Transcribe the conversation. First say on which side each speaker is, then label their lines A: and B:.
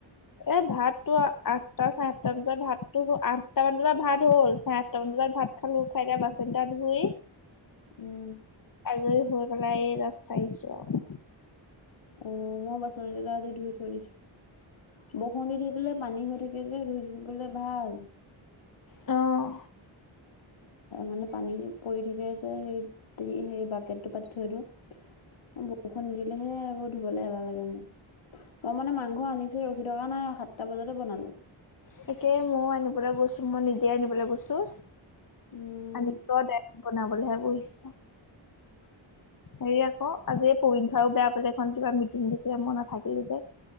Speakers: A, on the left; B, on the left.
A: এ ভাতো আঠটা চাৰে আঠটা বজাত ভাতো আঠটামান বজাত ভাত হ'ল চাৰে আঠমান বজাত ভাত খালো খাই এতিয়া বাচন কেইটা ধুই
B: উম
A: আজৰি হৈ পেলাই এই জাষ্ট চাইচো আও
B: অ মইও বাচন কেইটা আজি ধুই থৈ দিছো বৰষুণ দি থাকিলে পানী হৈ থাকে যে ৰুই থাকিবলৈ ভাল
A: অঁ
B: মানে পানী পৰি থাকে যে সেই সেই বাকেটটো পাতি থৈ দিওঁ বৰষুণ নিদিলে হে এইবোৰ ধুবলৈ এলাহ লাগে মোৰ মই মানে মাংস আনিচুয়ে ৰখি থকা নাই সাতটা বজাতে বনালো
A: তাকে ময়ো আনিবলৈ গৈছোঁ মই নিজে আনিবলৈ গৈছোঁ
B: উম
A: আনিছো দাৰেক্ত বনাবলৈহে বহিছো
B: <unintelligible>
A: হেৰি আকৌ আজি পৰি খাও বেয়া পালে এখন কিবা মিটিং দিছিলে মই নাথাকিলো যে